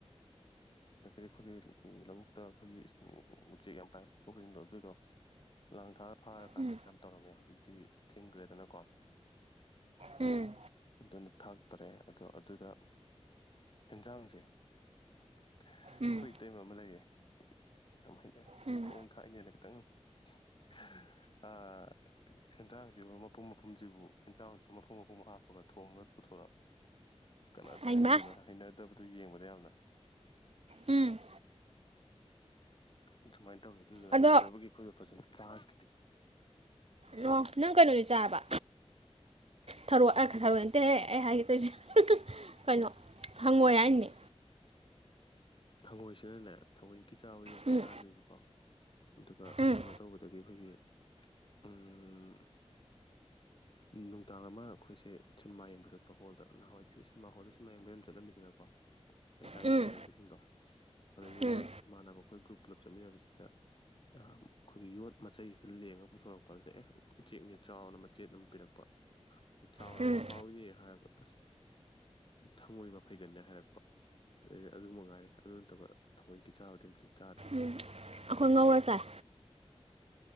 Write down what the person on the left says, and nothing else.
ꯑꯗꯒꯤꯗꯤ ꯑꯩꯈꯣꯏꯒꯤ ꯂꯧꯕꯨꯛꯇ ꯑꯩꯈꯣꯏꯒꯤ ꯎꯆꯦꯛ ꯌꯥꯝ ꯄꯥꯏꯔꯛꯄ ꯈꯣꯠꯁꯤꯡꯗꯣ ꯑꯗꯨꯗꯣ ꯂꯥꯡ ꯊꯥꯛꯑ ꯐꯥꯔꯀꯥꯟꯗ
ꯌꯥꯝ ꯇꯧꯔꯝꯃꯦ ꯍꯧꯖꯤꯛꯇꯤ ꯊꯤꯡꯒꯔ꯭ꯦꯗꯅꯀꯣ
ꯑꯗꯨꯅ ꯊꯥꯛꯇꯔꯦ ꯑꯗꯣ ꯑꯗꯨꯗ ꯍꯦꯟꯖꯥꯡꯁꯦ ꯑꯩꯈꯣꯏ
ꯇꯩꯕ ꯑꯃ ꯂꯩꯌꯦ ꯌꯥꯝ ꯍꯩꯅ
ꯊꯣꯡ ꯊꯥꯛꯏꯅꯦꯅ ꯈꯤꯇꯪ <inaudible> ꯑꯥꯥ ꯁꯦꯟꯗ꯭ꯔꯥꯡꯖꯤꯕꯨ ꯃꯄꯨꯝ ꯃꯄꯨꯝꯖꯤꯕꯨ ꯍꯦꯟꯖꯥꯡ ꯃꯄꯨꯝ ꯃꯄꯨꯝ ꯍꯥꯞꯄꯒ ꯊꯣꯡꯉꯒ ꯄꯨꯊꯣꯔꯛ ꯀꯅꯥ ꯆꯥꯅꯤꯡꯗꯣꯏꯅꯣ
ꯍꯩꯅꯗꯕꯗꯨ ꯌꯦꯡꯕꯗ ꯌꯥꯝꯅ
ꯑꯗꯨꯃꯥꯏꯅ ꯇꯧꯋꯦ ꯑꯗꯨꯗꯨꯅ
ꯍꯩꯅꯗꯕꯒꯤ ꯑꯩꯈꯣꯏꯗꯣ ꯐꯖꯅ ꯆꯥꯒꯤꯇꯦ
ꯍꯪꯉꯣꯏꯁꯤꯅꯅꯦ ꯊꯑꯣꯏꯟꯀꯤ ꯆꯥꯕꯗꯤ ꯑꯝꯇ
ꯆꯥꯗ꯭ꯔꯤꯕꯀꯣ ꯑꯗꯨꯒ
ꯀꯩꯅꯣ ꯇꯧꯕꯗꯒꯤ ꯑꯩꯈꯣꯏꯒꯤ ꯎꯝ ꯅꯨꯡꯗꯥꯡ ꯑꯃ ꯑꯩꯈꯣꯏꯁꯦ ꯁꯤꯅꯦꯃꯥ ꯌꯦꯡꯕ ꯆꯠꯄ ꯍꯣꯜꯗ ꯅꯍꯥꯟꯋꯥꯏꯗꯤ ꯁꯤꯅꯦꯃꯥ ꯍꯣꯜꯗ ꯁꯤꯅꯦꯃꯥ ꯌꯦꯡꯕ ꯌꯥꯝ ꯆꯠꯂꯝꯃꯤꯗꯅꯀꯣ ꯂꯩꯀꯥꯏꯒꯤꯒ
ꯂꯩꯕꯁꯤꯡꯗꯣ ꯑꯗꯩꯗꯨꯗ
ꯏꯃꯥꯟꯅꯕ ꯑꯩꯈꯣꯏ ꯒ꯭ꯔꯨꯞ ꯄꯨꯂꯞ ꯆꯠꯃꯤꯟꯅꯕꯁꯤꯗ ꯑꯥ ꯈꯣꯏꯒꯤ ꯌꯣꯠ ꯃꯆꯩꯁꯤꯗ ꯂꯦꯡꯉꯒ ꯄꯨꯊꯣꯔꯛꯄ ꯑꯗꯨꯗ ꯑꯦ ꯎꯆꯦꯛꯅꯦ ꯆꯥꯎꯅ ꯃꯆꯦꯠ ꯑꯃ ꯄꯤꯔꯛꯄ ꯗ ꯆꯥꯎꯔꯕ
ꯍꯥꯎꯏꯅꯦ ꯍꯥꯏꯔꯒ ꯑꯁ ꯊꯉꯣꯏ ꯃꯐꯩꯒꯟꯅꯦ ꯍꯥꯏꯔꯛꯄ ꯑꯗꯩꯗꯤ ꯑꯗꯨ ꯃꯉꯥꯏꯔꯦ ꯑꯗꯨ ꯅꯠꯇꯕ ꯊꯑꯣꯏꯟꯀꯤ ꯆꯥꯕꯗꯤ ꯑꯝꯇ ꯆꯥꯗ꯭ꯔꯤ